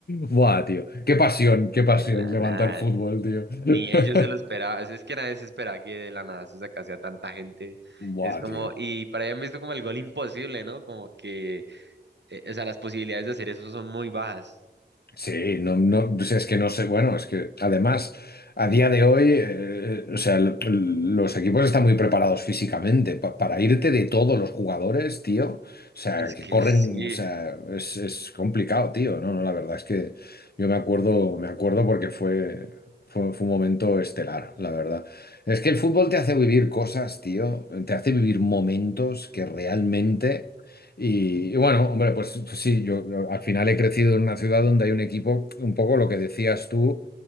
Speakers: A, on the left (about 65°); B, on the right (about 80°).
A: Buah, tío. Qué pasión, qué
B: De
A: pasión
B: la
A: levanta
B: nada,
A: el fútbol, tío. <laughs>
B: ni ellos se lo esperaban, es que nadie se esperaba que de la nada se sacase a tanta gente.
A: Buah,
B: Es como,
A: tío.
B: y para ellos han visto como el gol imposible, ¿no? Como que, eh, o sea, las posibilidades de hacer eso son muy bajas.
A: Sí, no, no, o sea, es que no sé, bueno, es que además a día de hoy, eh, eh, o sea, l- l- los equipos están muy preparados físicamente pa- para irte de todos los jugadores, tío, o sea,
B: Es
A: que
B: que
A: corren,
B: sí,
A: o sea, es, es complicado, tío, no, no, la verdad es que yo me acuerdo, me acuerdo porque fue, fue, fue un momento estelar, la verdad. Es que el fútbol te hace vivir cosas, tío, te hace vivir momentos que realmente... Y, y bueno, hombre, pues, pues sí, yo yo al final he crecido en una ciudad donde hay un equipo, un poco lo que decías tú,